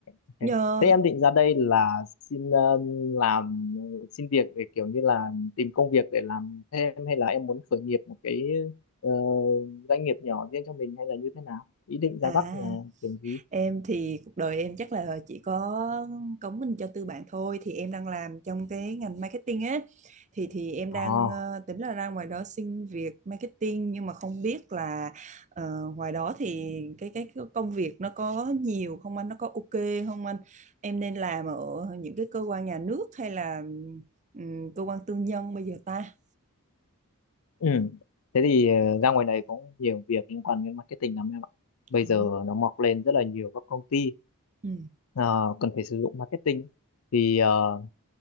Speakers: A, on the left; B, on the right.
A: ok.
B: Nhờ
A: Thế em định ra đây là xin um, làm xin việc để kiểu như là tìm công việc để làm thêm hay là em muốn khởi nghiệp một cái ờ, doanh nghiệp nhỏ riêng cho mình hay là như thế nào? Ý định
B: À,
A: ra Bắc là kiểu gì?
B: em thì cuộc đời em chắc là chỉ có cống mình cho tư bản thôi thì em đang làm trong cái ngành marketing á thì thì em đang
A: Ồ,
B: ờ, tính là ra ngoài đó xin việc marketing nhưng mà không biết là ờ, ngoài đó thì cái cái công việc nó có nhiều không anh nó có ok không anh em nên làm ở những cái cơ quan nhà nước hay là ừm, cơ quan tư nhân bây giờ ta
A: ừ. Thế thì ờ, ra ngoài này cũng nhiều việc liên quan đến marketing lắm em ạ. Bây
B: Ờ.
A: giờ nó mọc lên rất là nhiều các công ty
B: ừ.
A: ờ, cần phải sử dụng marketing. Thì ờ,